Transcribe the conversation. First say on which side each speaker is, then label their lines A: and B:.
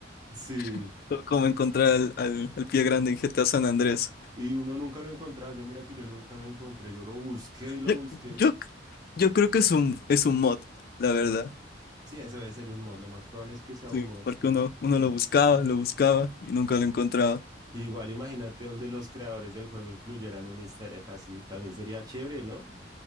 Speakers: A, on the right; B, on the left.
A: Sí,
B: <laughs> co- cómo encontrar al, al, al pie grande en GTA San Andrés.
A: y uno nunca lo encontraba. Yo mira que yo nunca lo encontré. Yo lo busqué y lo
B: Yo,
A: busqué
B: yo, yo creo que es un, es un mod, la verdad.
A: Sí, eso debe ser un mod. Lo más probable es que sea
B: Sí,
A: un mod.
B: porque uno, uno lo buscaba, lo buscaba y nunca lo encontraba.
A: Igual imagínate donde los creadores del juego incluyeran un easter egg así. También sería chévere, ¿no?